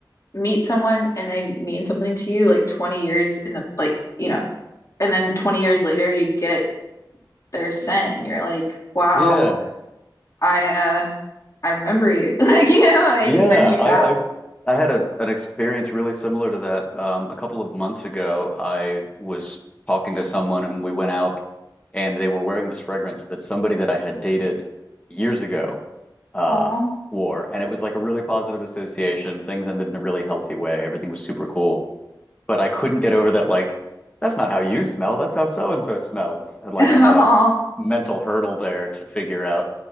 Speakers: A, on the left; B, on the left.
A: meet someone and they mean something to you like 20 years in the like, you know, and then 20 years later you get their scent and you're like, wow,
B: yeah.
A: I uh I remember you. <laughs> Like, you know, it
B: Yeah,
A: just brings you
B: I,
A: back.
B: I I had a an experience really similar to that. Um, a couple of months ago, I was talking to someone and we went out and they were wearing this fragrance that somebody that I had dated years ago uh
A: Aw.
B: wore. And it was like a really positive association. Things ended in a really healthy way. Everything was super cool but I couldn't get over that like that's not how you smell, that's how so and so smells. And like
A: <laughs>
B: I had a
A: Aw.
B: mental hurdle there to figure out